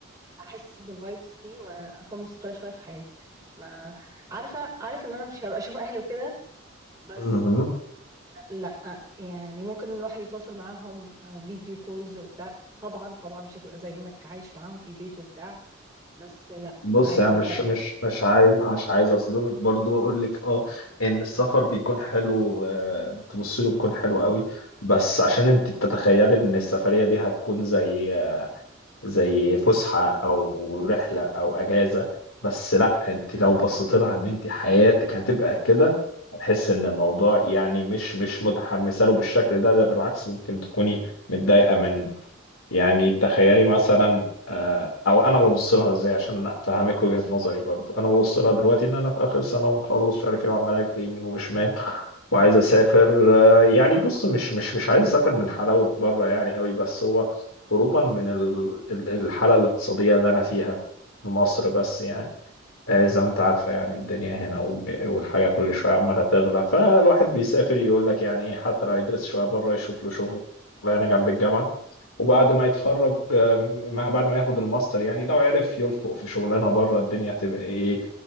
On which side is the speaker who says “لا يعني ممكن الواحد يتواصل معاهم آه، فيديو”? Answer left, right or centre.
Right